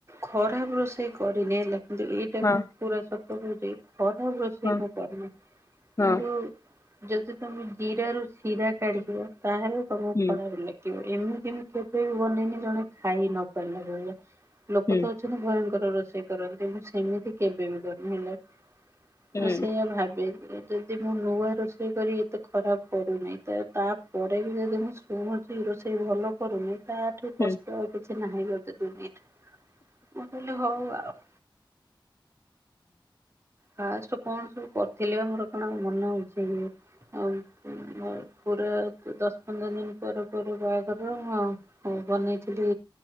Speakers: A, on the right; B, on the left.
A: ଖରାପ ରୋଷେଇ କରିନି ହେଲା କିନ୍ତୁ ଏଇଟା
B: ହଁ
A: କଁ ପୁରା ସ ତରେରେ ଖରାପ ରୋଷେଇ
B: ହଁ
A: ମୁଁ କରନେଇ କିନ୍ତୁ
B: ହଁ
A: ଯଦି ତମେ ଜିରାରୁ ଶିରା କାଢ଼ିବ ତାହେଲେ ତମୁ
B: ହୁଁ
A: ଖରାପ ଲାଗିବ। ଏମି ତି ମୁଁ କେବେ ବି ବନେଇନି ଜଣେ ଖାଇ ନ ପାରିଲା ଭଳିଆ ଲୋକ
B: ହୁଁ
A: ତ ଅଛନ୍ତି ତୁମୁ ଭୟଙ୍କର ରୋଷେଇ କରନ୍ତି ମୁଁ ସେମିତି କେବେ ବି କରନି ହେଲା।
B: ହୁଁ
A: ମୁଁ ସେଇଆ ଭାବେ। ଏଇଟା ଯଦି ମୁଁ ନୂଆ ରୋଷେଇ କରି ଏତେ ଖରାପ କରୁନେଇ ତ ତାପରେ ବି ଯଦି ମୁଁ କୁହନ୍ତି ରୋଷେଇ ଭଲ କରୁନେଇ ତାଠୁ
B: ହୁଁ
A: କଷ୍ଟ ଆଉ କିଛି ନାହିଁ ଗୋଟେ ଦୁନୀରେ ମୁଁ କହିଲି ହଉ ଆଉ ଫାଷ୍ଟ କଣ ସବୁ କରିଥିଲି ବା ମୋର କଣ ଆଉ ମନ ଅଛି କି? ଆଉ ପୁ ମ ପୁରା ଦଶ ପନ୍ଦର ଦିନ ପରେ ପରେ ବାହାଘରର ମୁଁ ଆଉ ହଁ ବନେଇଥିଲି